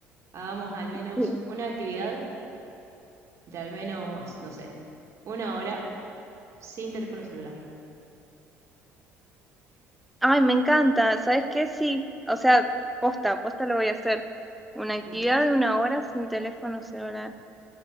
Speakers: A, on the right (about 50°); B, in the centre.
A: hagamos al menos
B: Sí.
A: una actividad de al menos, no sé, una hora sin teléfono celular.
B: Ay, me encanta, ¿sabes qué? Sí, o sea, posta, posta lo voy a hacer. Una actividad
A: Mm,
B: de una hora sin teléfono celular.